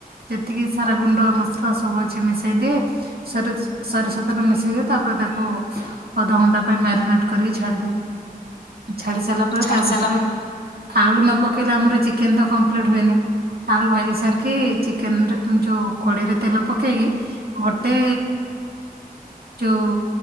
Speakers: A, on the right (about 80°); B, on the left (about 75°).
A: ଯେ ତିିକି ସାରା ଗୁଣ୍ଡ ମସଲା ସବୁ ଅଛି ମିଶେଇ ଦିଏ ସରି ସୋରିଷ ତେଲ ମିଶେଇ ଦିଏ ତାପରେ ତାକୁ ଅଧଘଣ୍ଟା ପାଇଁ ମ୍ୟାରିନେଟ କରିକି ଛାଡିଦିଏ।
B: <inaudible>
A: ଛାଡି ସାରିଲା ପରେ
B: ଛାଡ଼ି
A: ତା ଭିତେରେ
B: ସାରିଲା
A: ଆଳୁ ନ ପକେଇଲେ ଆମର ଚିକେନ ତ କମ୍ପ୍ଲିଟ ହୁଏନି ଆଳୁ ଭାଜି ସାରିକି ଚିକେନରେ ଯୋଉ କଡେଇରେ ତେଲ ପକେଇକି ଗୋଟେ ଯୋଉ